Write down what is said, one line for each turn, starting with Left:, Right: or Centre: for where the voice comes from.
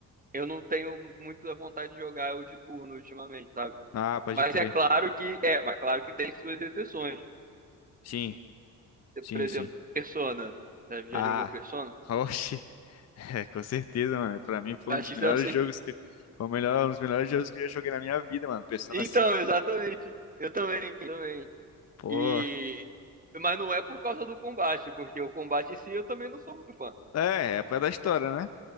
Right: eu não tenho muito a vontade de jogar o de turno ultimamente, sabe?
Left: Ah, pode
Right: Mas
Left: crer.
Right: é claro que é, mas claro que tem suas exceções.
Left: Sim, sim,
Right: Por exemplo,
Left: sim.
Right: Persona. Já, já
Left: Ah,
Right: jogou Persona?
Left: oxe, <laughs> é, com certeza, mano. Pra mim foi
Right: Acho
Left: um dos melhores
Right: que sim.
Left: jogos que. Foi o melhor, um dos melhores jogos que eu já joguei na minha vida, mano. Persona
Right: Então,
Left: cinco.
Right: exatamente. Eu também, eu também.
Left: Pô.
Right: E mas não é por causa do combate, porque o combate em si eu também não sou muito fã.
Left: É, é por causa da história, né?